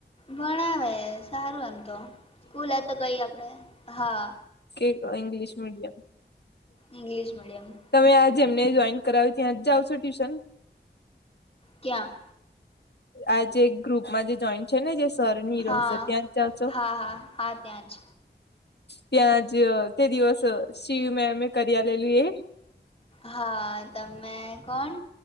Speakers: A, on the left; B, on the left.
A: ભણાવે સારું એમ તો સ્ કુલ તો કઈ આપડે હા
B: કેક ંગ્લિશ મીડિયામ
A: ઇ્લિશ મીડયમ
B: તમે આ જેમને જોઈન કરાવ્યું ત્યાં જ જાઓ છો ટ્યુશન
A: ક્યાં
B: આજે એક ગ્રુપમાં જે જોઈન્ટ છે ને જે સરની
A: હા
B: રહોશે ત્યાં જ ચાલશો
A: હા હા હા ત્યાં જ
B: ત્યાં જ તે દિવસ શિવિવમમે એ કરી આલું એ
A: હા તમે કોણ